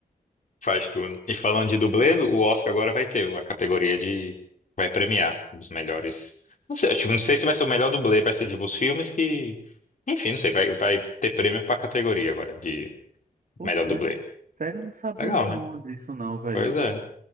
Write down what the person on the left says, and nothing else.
Faz tudo. E falando de dublê, o Oscar agora vai ter a categoria de. Vai premiar os melhores. Não sei, tipo, não sei se vai ser o melhor dublê, vai ser tipo os filmes que. Enfim, não sei, vai, vai ter prêmio pra categoria agora de
melhor
dublê.
Legal,
É. né?
Pois é.